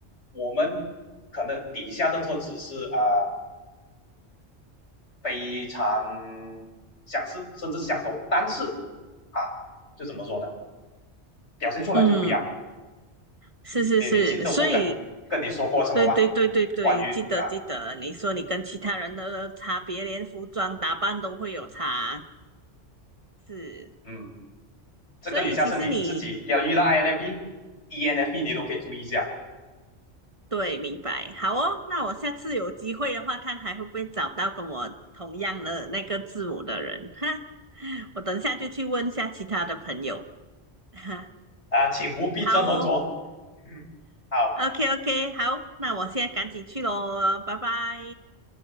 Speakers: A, on the left; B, on the right.
A: 我们可能底下的特质是啊、呃非常相似，甚至相同，但是啊，就怎么说呢，表现出来就不一样。
B: 嗯，是是是，
A: 你你记得我跟跟你说过什么吗？
B: 所以。对对对对对，
A: 关于啊，
B: 记得记得，你说你跟其他人的差别，连服装打扮都会有差，是，
A: 嗯，这个你下次你自己要遇到
B: 所以其实你
A: INFP、ENFP 你都可以注意一下
B: 对，明白，好哦，那我下次有机会的话，看还会不会找到跟我同样的那个字母的人，哈，我等下就去问一下其他的朋友，哈，
A: 啊，请务必这么做。
B: 好哦
A: 嗯，好，
B: ，OK OK，<laughs> 好，那我现在赶紧去喽，拜拜。